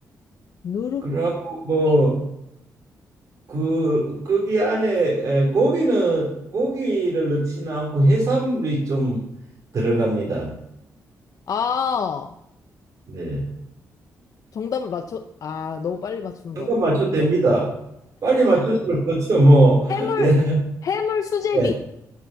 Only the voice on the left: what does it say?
누룩,
아,
정답을 맞춰, 아, 너무 빨리 맞추는
것 같아.
해물,
해물 수제비.